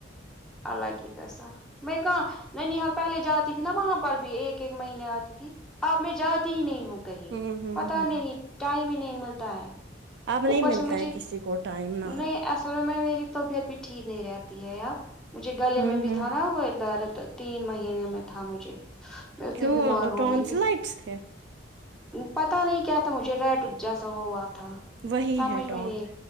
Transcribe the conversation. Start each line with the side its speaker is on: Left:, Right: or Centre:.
Centre: اللہ کی قسم میں کہاں نینیہال پہلے جاتی تھی ناں وہاں پر بھی ایک ایک مہینے آتی تھی اب میں جاتی ہی نہیں ہوں کہیں
Right: ہوں ہوں
Centre: پتہ
Right: ہ
Centre: نہیں ٹائم ہی نہیں ملتا ہے
Right: اب نہیں
Centre: اوپر
Right: ملتا
Centre: سے مجھے
Right: ہے کسی کو ٹائم نہ
Centre: نہیں اصل میں میں میری طبیعت بھی ٹھیک نہیں رہتی ہے اب مجھے گلے
Right: ہوں
Centre: میں بھی
Right: ہوں
Centre: تھا ناں وہ درد تین مہینے میں تھا مجھے میں اتنی
Right: کیوں
Centre: بیمار ہو
Right: ٹونسلائٹس
Centre: گئی تھی
Right: تھے
Centre: پتہ نہیں کیا تھا مجھے ریڈ جیسا ہوا تھا
Right: وہی
Centre: سمجھ
Right: ہے ٹون
Centre: میں نہیں